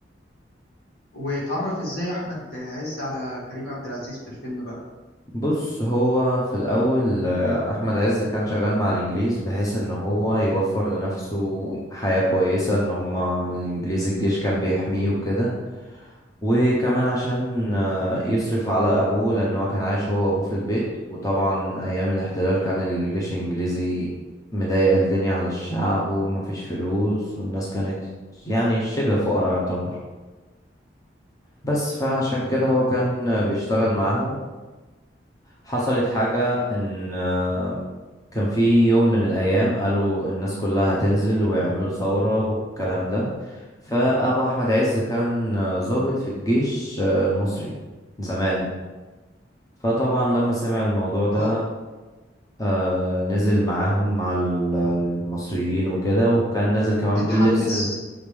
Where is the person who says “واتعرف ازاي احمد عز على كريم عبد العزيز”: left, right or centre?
Left